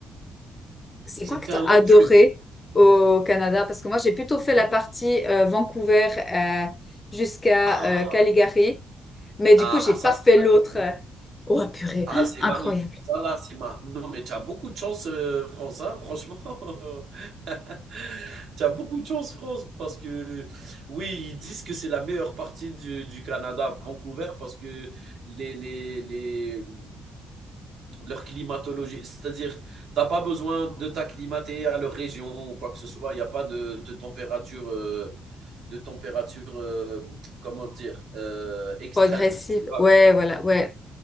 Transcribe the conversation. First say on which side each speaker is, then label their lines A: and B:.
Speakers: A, on the left; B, on the right.
A: C'est
B: c'était
A: quoi que t'as
B: un
A: adoré
B: long trip.
A: au Canada? Parce que moi, j'ai plutôt fait la
B: Oui.
A: partie euh, Vancouver euh, jusqu'à
B: Ah,
A: euh, Calgary, mais du
B: ah,
A: coup, j'ai pas
B: ça, c'est
A: fait l'autre.
B: magnifique.
A: euh. Oh, purée,
B: Ah, c'est
A: incroyable.
B: magnifique. Ça, là, c'est ma non, mais tu as beaucoup de chance, heu, France, hein, franchement. <laughs> Tu as beaucoup de chance, France, parce que oui, ils disent que c'est la meilleure partie du du Canada, Vancouver, parce que les les les leur climatologie, c'est-à-dire, tu as pas besoin de t'acclimater à leur région ou quoi que ce soit. Il y a pas de de température, heu, de température, heu, comment dire? Heu, extrême,
A: Progressive.
B: tu vois?
A: Ouais, voilà, ouais.